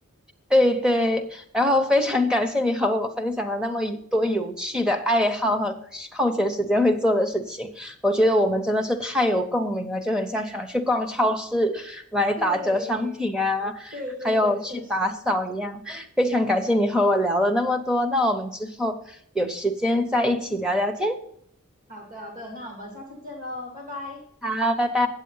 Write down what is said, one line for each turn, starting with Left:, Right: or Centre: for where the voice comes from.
Centre: 对对，然后非常感谢你和我分享了那么一多有趣的爱好和空闲时间会做的事情，我觉得我们真的是太有共鸣了，就很像想去逛超市买打折商品啊，
Right: <laughs> 对对对对，
Centre: 还有去打扫一样。
Right: 确实。
Centre: 非常感谢你和我聊了那么多，那我们之后有时间再一起聊聊天。
Right: 好的好的，那我们下次见喽，拜拜。
Centre: 好，拜拜。